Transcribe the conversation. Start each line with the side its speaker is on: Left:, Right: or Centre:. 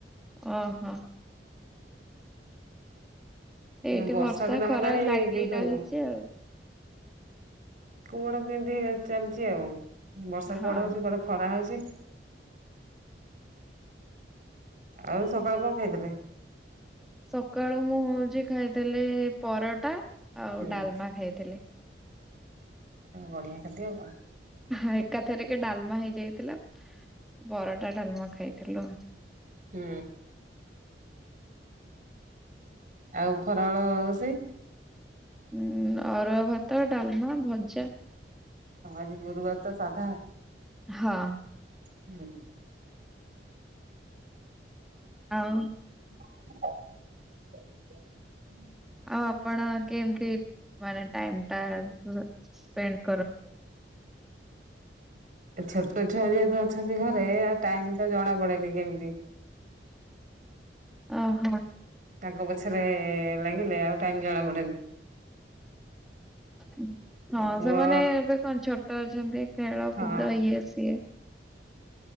Centre: ଅହ। ଏଇଠି
Right: ବର୍ଷା ଦିନ
Centre: ଖରା
Right: ହେଲାଣି
Centre: ଲାଗି
Right: କିନ୍ତୁ।
Centre: ରହିଛି ଆଉ।
Right: କୁଆଡ଼େ କେମିତି ଚାଲିଛି ଆଉ। ବର୍ଷା
Centre: ହଁ।
Right: କୁଆଡ଼େ ହଉଛି କୁଆଡ଼େ ଖରା ହଉଛି। ଆଉ ସକାଳୁ କଣ ଖାଇଥିଲେ।
Centre: ସକାଳୁ ମୁଁ ହଉଛି ଖାଇଥିଲି ପରଟା। ଆଉ
Right: ହୁଁ
Centre: ଡାଲମା ଖାଇଥିଲି।
Right: ବଢିଆ ଖାଦ୍ୟ ଆଉ କଣ।
Centre: ଏକାଥରେ କି ଡ଼ାଲମା ହେଇଯାଇଥିଲା ପରଟା ଡ଼ାଲମା ଖାଇଥିଲୁ।
Right: ହୁଁ। ଆଉ ଖରାବେଳ ରୋଷେଇ।
Centre: ହଁ ଅରୁଆ ଭାତ ଡାଲମା ଭଜା।
Right: ହଁ ଆଜି ଗୁରୁବାର ତ ସାଧା।
Centre: ହଁ।
Right: ହୁଁ।
Centre: ଆଉ
Right: <unintelligible>
Centre: ଆଉ ଆପଣ କେମତି। ମାନେ ଟାଇମ ଟା ସ୍ପେଣ୍ଡ କରନ୍ତି।
Right: ଛୋଟ ଛୁଆ ଯେହେତୁ ଅଛନ୍ତି ଘରେ ଆ ଟାଇମ ତ ଜଣା ପଡ଼େନି କେମିତି।
Centre: ଅହ।
Right: ତାଙ୍କ ପଛରେ ଲାଗିଲେ ଆଉ ଟାଇମ ଜଣା ପଡ଼େନି।
Centre: ହ ହଁ
Right: ପୁଅ
Centre: ସେମାନେ ଏବେ କଣ ଛୋଟ ଅଛନ୍ତି ଖେଳ
Right: ହଁ
Centre: କୁଦ ଇଏ ସିଏ।